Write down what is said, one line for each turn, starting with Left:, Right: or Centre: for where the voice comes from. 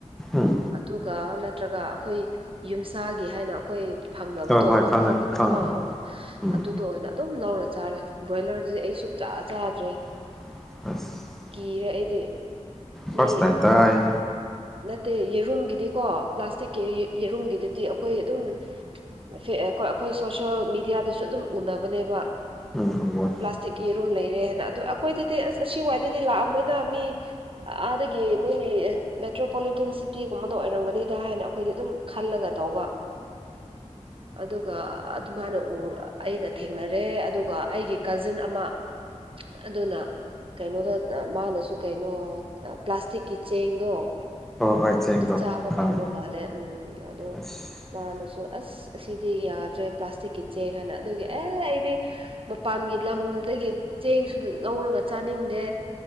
Centre: ꯎꯝ
Right: ꯑꯗꯨꯒ ꯅꯠꯇ꯭ꯔꯒ ꯑꯩꯈꯣꯏ ꯌꯨꯝꯁꯥꯒꯤ ꯍꯥꯏꯅ ꯑꯩꯈꯣꯏ ꯐꯪꯂꯕꯗꯣ
Centre: ꯍꯣꯏ ꯍꯣꯏ
Right: ꯂꯣꯀꯦꯜ
Centre: ꯈꯪꯉꯦ ꯈꯪꯉꯦ
Right: ꯀꯣ
Centre: ꯎꯝ
Right: ꯑꯗꯨꯗꯨ ꯑꯣꯏꯅ ꯑꯗꯨꯝ ꯂꯧꯔ ꯆꯥꯔꯦ ꯕ꯭ꯔꯣꯏꯂꯔꯖꯤꯗꯤ ꯑꯩ ꯁꯨꯡꯆꯥ ꯆꯥꯗ꯭ꯔꯦ
Centre: <inaudible>
Right: ꯀꯤꯔꯦ ꯑꯩꯗꯤ
Centre: ꯐꯁ
Right: ꯃꯤ
Centre: ꯇꯥꯏꯝ ꯇꯌꯦ
Right: ꯅꯠꯇꯦ ꯌꯦꯔꯨꯝꯒꯤꯗꯤꯀꯣ ꯄ꯭ꯂꯥꯁꯇꯤꯛꯀꯤ ꯌꯦꯔꯨꯝꯒꯤꯗꯨꯗꯤ ꯑꯩꯈꯣꯏ ꯑꯗꯨꯝ ꯑꯩꯈꯣꯏ ꯁꯣꯁꯦꯜ ꯃꯦꯗꯤꯌꯥꯗꯁꯨ ꯑꯗꯨꯝ ꯎꯅꯕꯅꯦꯕ
Centre: ꯎꯝ ꯎꯨꯏꯋꯦ
Right: ꯄ꯭ꯂꯥꯁꯇꯤꯛꯀꯤ ꯌꯦꯔꯨꯝ ꯂꯩꯔꯦ ꯍꯥꯏꯅ ꯑꯗꯨ ꯑꯩꯈꯣꯏꯗꯗꯤ ꯑꯁ ꯑꯁꯤ ꯋꯥꯏꯗꯗꯤ ꯂꯥꯛꯑꯃꯣꯏꯗ ꯃꯤ ꯑꯗꯒꯤ ꯃꯣꯏ ꯃꯦꯇ꯭ꯔꯣꯄꯣꯂꯤꯇꯟ ꯁꯤꯇꯤꯒꯨꯝꯕꯗꯣ ꯑꯣꯏꯔꯝꯒꯅꯤꯗ ꯍꯥꯏꯅ ꯑꯩꯈꯣꯏꯗꯤ ꯑꯗꯨꯝ ꯈꯜꯂꯒ ꯇꯧꯕ <inaudible> ꯑꯗꯨꯒ ꯑꯗꯨꯃꯅ ꯑꯩꯅ ꯊꯦꯡꯅꯔꯦ ꯑꯗꯨꯒ ꯑꯩꯒꯤ ꯀꯖꯤꯟ ꯑꯃ ꯑꯗꯨꯅ ꯀꯩꯅꯣꯗ ꯑ ꯃꯥꯅꯁꯨ ꯀꯩꯅꯣ ꯄ꯭ꯂꯥꯁꯇꯤꯛꯀꯤ ꯆꯦꯡꯗꯣ
Centre: ꯍꯣꯏ ꯆꯦꯡꯗꯣ
Right: ꯆꯥꯕ
Centre: ꯈꯪꯉꯦ
Right: ꯐꯪꯕ ꯃꯥꯜꯂꯦ ꯎꯝ ꯑꯗꯣ
Centre: ꯑꯁ
Right: ꯃꯥꯅꯁꯨ ꯑꯁ ꯑꯁꯤꯗꯤ ꯌꯥꯗ꯭ꯔꯦ ꯄ꯭ꯂꯥꯁꯇꯤꯛꯀꯤ ꯆꯦꯡ ꯍꯥꯏꯅ ꯑꯗꯨꯒꯤ ꯑꯦ ꯑꯩꯗꯤ__ ꯃꯄꯥꯟꯒꯤ ꯂꯝꯗꯒꯤ ꯆꯦꯡꯁꯨ ꯂꯧꯔꯒ ꯆꯥꯅꯤꯡꯗꯦ꯫